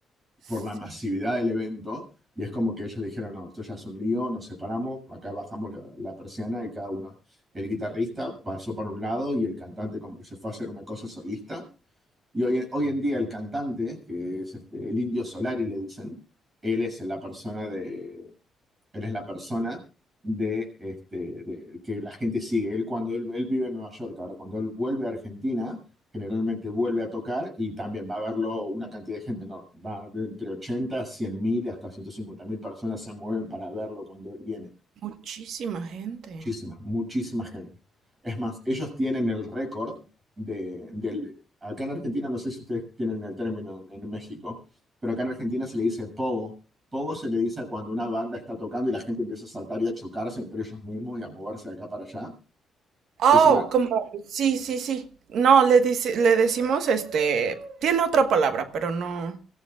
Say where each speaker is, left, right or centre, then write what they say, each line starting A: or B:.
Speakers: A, on the right (about 70°); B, on the right (about 25°).
A: Sí.
B: por la masividad del evento. Y es como que ellos dijeron, no, esto ya es un lío, nos separamos, acá bajamos la, la persiana y cada uno, el guitarrista pasó para un lado y el cantante como que se fue a hacer una cosa solista y hoy, en- hoy en día el cantante, que es este, el Indio Solari, le dicen, él es la persona de, él es la persona de, este, de- que la gente sigue. Él cuando él, él vive en Nueva York, ahora cuando él vuelve a Argentina, generalmente vuelve a tocar y también va a verlo una cantidad de gente enorme. Va de entre ochenta cien mil y hasta ciento cincuenta mil personas se mueven para verlo cuando él viene
A: Muchísima gente.
B: muchísima, muchísima gente. Es más, ellos tienen el récord de, del... Acá en Argentina, no sé si ustedes tienen el término en, en México, pero acá en Argentina se le dice pogo. Pogo se le dice a cuando una banda está tocando y la gente empieza a saltar y a chocarse entre ellos mismos y a moverse de acá para allá.
A: Oh,
B: Es una,
A: como, sí, sí, sí. No, le dice, le decimos este, tiene otra palabra, pero no,